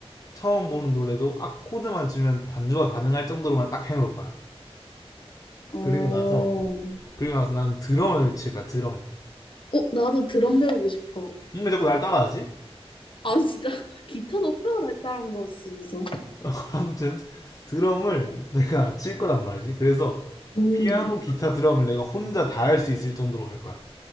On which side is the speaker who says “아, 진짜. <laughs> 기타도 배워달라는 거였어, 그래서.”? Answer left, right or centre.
Left